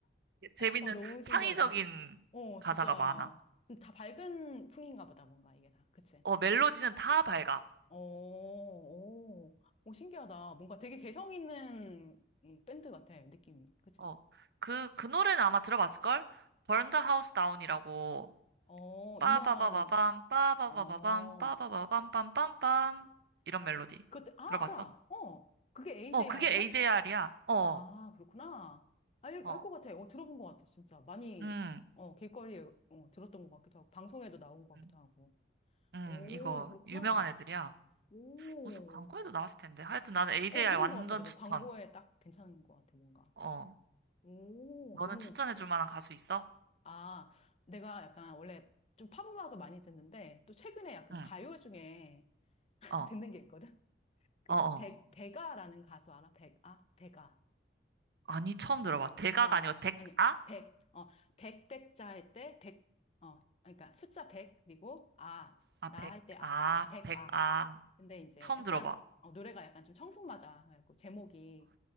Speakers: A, on the right; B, on the left.
A: 재밌는
B: 어, 너무 신기하다.
A: 창의적인
B: 어,
A: 가사가
B: 진짜.
A: 많아.
B: 근데 다 밝은 풍인가 보다, 뭔가 이게 다. 그치?
A: 어, 멜로디는 다 밝아.
B: 어, 오, 오, 신기하다. 뭔가 되게 개성 있는 이 밴드 같아, 느낌이. 그치?
A: 어, 그, 그 노래는 아마 들어봤을걸? Burn the House Down이라고.
B: 어,
A: 빠바바바밤,
B: 유명한,
A: 빠바바바밤,
B: 어.
A: 빠바바밤빰빰빰빰. 이런 멜로디.
B: 그것, 아,
A: 들어봤어?
B: 알아. 어, 그게 AJR이야?
A: 어, 그게 AJR이야. 어,
B: 아, 그렇구나. 알,
A: 어.
B: 알 것 같아. 어, 들어본 것 같아, 진짜. 많이,
A: 음,
B: 어, 길거리에, 어, 들었던 것 같기도 하고, 방송에도 나온 것
A: 음,
B: 같기도 하고.
A: 음,
B: 오,
A: 이거
B: 그렇구나.
A: 유명한 애들이야.
B: 오,
A: 무슨 광고에도 나왔을 텐데. 하여튼 나는 AJR
B: 어, 그런
A: 완전
B: 것 같아. 맞아.
A: 추천.
B: 광고에 딱 괜찮은 것 같아, 뭔가.
A: 어.
B: 오,
A: 너는
B: 너무,
A: 추천해 줄 만한 가수 있어?
B: 아, 내가 약간 원래 좀 팝음악을 많이 듣는데, 또 최근에 약간
A: 응.
B: 가요 중에 <laughs>
A: 어.
B: 듣는 게 있거든? 그,
A: 어, 어.
B: 백, 백아라는 가수 알아? 백, 아, 백아.
A: 아니, 처음 들어봐. 대가가
B: 어,
A: 아니고 백아?
B: 아니요.
A: 아,
B: 100. 어, 100, 백자 할 때 백 어, 그러니까 숫자 100 그리고 아,
A: 아,
B: 나
A: 백.
B: 할 때 아.
A: 아,
B: 어, 100
A: 백아.
B: 아. 근데 이제
A: 처음
B: 약간
A: 들어봐.
B: 어, 노래가 약간 좀 청승맞아. 그래갖고 제목이